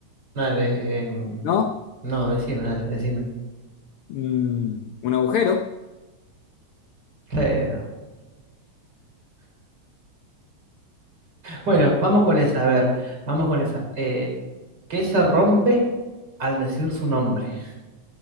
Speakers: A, on the right; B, on the left.
A: dale. em,
B: ¿No?
A: no, decime, dale, decime.
B: Mm, un agujero,
A: Pero. Bueno, vamos con esa, a ver, vamos con esa. Eh, ¿qué se rompe al decir su nombre?